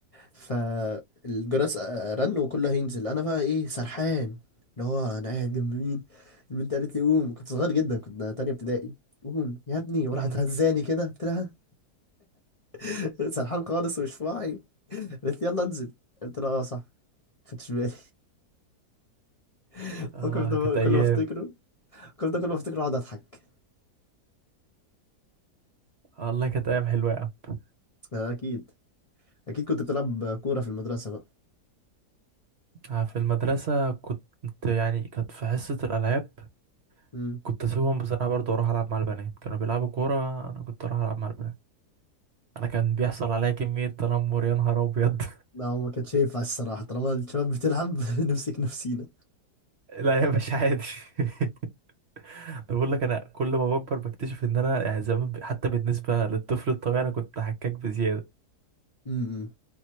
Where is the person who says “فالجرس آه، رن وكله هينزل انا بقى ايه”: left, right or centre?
Left